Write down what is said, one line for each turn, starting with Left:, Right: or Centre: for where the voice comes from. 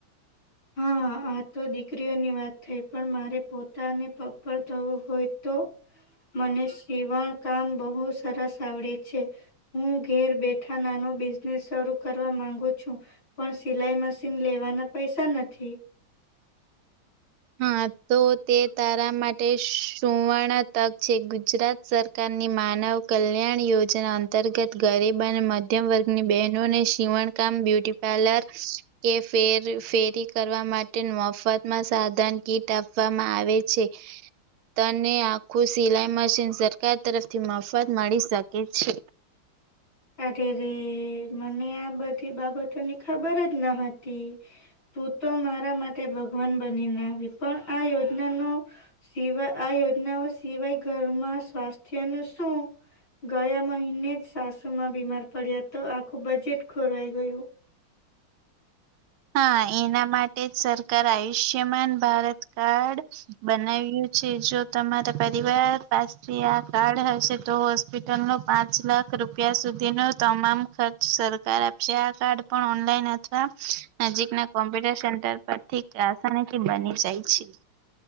Left: હા, આ તો દીકરીઓની વાત થઈ પણ મારે પોતાને પપ્પર થવું હોય તો મને સીવણ કામ બહુ સરસ આવડે છે હું ઘેર બેઠા નાના બઝનેસ શરૂ કરવા માંગુ છું પણ સિલાઈ મશીન લેવાના પૈસા નથી
Right: હમ તો તે તારા માટે સુવર્ણ તક છે ગુજરાત સરકારની મા મા નવ કલ્યાણ યોજના અંતર્ગત ગરીબ અને મધ્યમ વર્ગની બહેનોને સીવણકામ બ્યુ બ્યુટીપાર્લર કે ફેરી કરવા માટે મફત માં સાધન કીટ આપવામાં આવે છે તને આખું સિલાઈ મશીન સરકાર તરફથી મફત મળી શકે છે
Left: અરે રે મને આ બધી બાબતોની ખબર જ ન હતી તું તો મારા માટે ભગવાન બનીને આવી પણ આ યોજના ન સિવાય આયો જ સિવાય ઘરમાં સ્વાસ્થ્ય નું શું ગયા મહિને જ માં બીમાર પડ્યા તો આખું બજેટ ખોરવાઈ ગયું
Right: હા એના માટે જ સરકાર આયુષ્યમાન ભારત કાર્ડ બનાવ્યું જો તમારા પરિવાર પાસે આ કાર્ડ હશે તો હોસ્પિટલ નો પાંચ લાખ રૂપિયા સુધી ન તમામ ખર્ચ સરકાર આપશે આ કાર્ડ પણ ઓનલાઈન અથવા નજીક ના કમ્પ્યુટર સેન્ટર પર ઠીસા નખ બની જાય છે